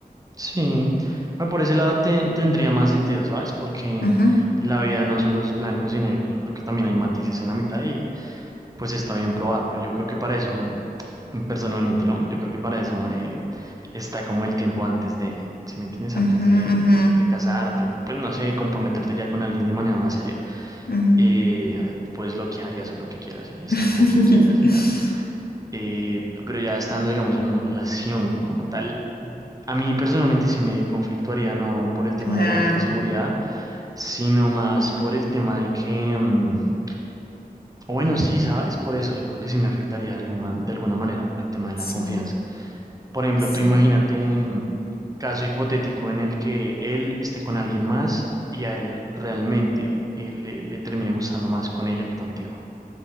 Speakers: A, on the right (about 20°); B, on the left (about 75°).
A: Sí, Bueno, por ese lado te- tendría más sentido, ¿sabes? Porque
B: Ujú,
A: la vida no solo es blancos y negros, yo creo que también hay matices en la mitad y pues está bien probar, pero yo creo que para eso, personalmente, ¿no? Yo creo que para eso eh, está como el tiempo antes de, si me entiendes? Antes
B: ujú,
A: de,
B: ujú,
A: de, de casarte o pues no sé, comprometerte ya con alguien de manera más seria,
B: ujú.
A: eh, puedes bloquear y hacer lo que quieras y estar
B: <laughs>
A: con quien quieras y tal. Eh, pero ya estando, digamos, en una relación como tal A mí personalmente sí me conflictuaría, no por el tema,
B: Claro,
A: digamos, de la seguridad, sino más por el tema de que, mm, o bueno, sí, ¿sabes? Por eso yo creo que sí me afectaría de alguna, de alguna manera por el tema de
B: sí,
A: la confianza. Por ejemplo,
B: sí,
A: tú imagínate, mm, caso hipotético en el que él esté con alguien más y a él realmente eh, le, le termine gustando más con ella que contigo.